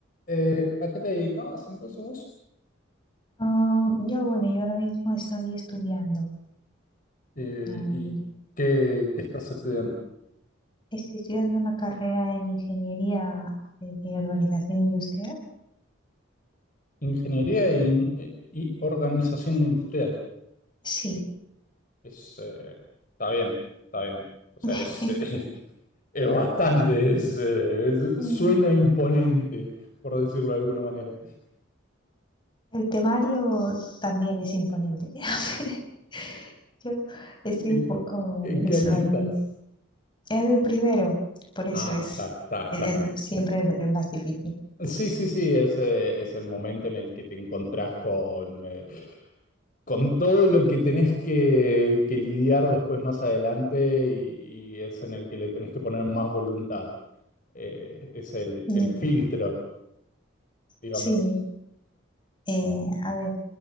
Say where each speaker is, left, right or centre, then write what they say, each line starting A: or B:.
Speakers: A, on the left; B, on the left.
A: Eh, ¿a qué te dedicabas entonces vos?
B: Am, yo, bueno, yo ahora mismo estoy estudiando,
A: Eh,
B: no,
A: ¿y
B: no,
A: qué, qué estás estudiando?
B: estoy estudiando una carrera en ingeniería de, de organización industrial.
A: Ingeniería e in- e- y organización industrial.
B: Sí,
A: Es, eh, está bien, está bien. O sea,
B: <laughs>
A: es, eh, <laughs> es bastante, es, eh,
B: Mm,
A: es- suena imponente, por decirlo de alguna manera.
B: el temario también es imponente. <laughs> Yo estoy
A: ¿En,
B: un poco
A: en qué
B: eso
A: año
B: ahí.
A: estás?
B: Era el primero, por eso
A: Ah,
B: es
A: está, está, está.
B: el- el- siempre el más difícil.
A: Sí, sí, sí, es, eh, es el momento en el que te encontrás con, eh, con todo lo que tenés que, que lidiar después más adelante y, y es en el que le tenés que poner más voluntad. Eh, es el,
B: Mm,
A: el filtro, digamos.
B: Sí, eh, a ver,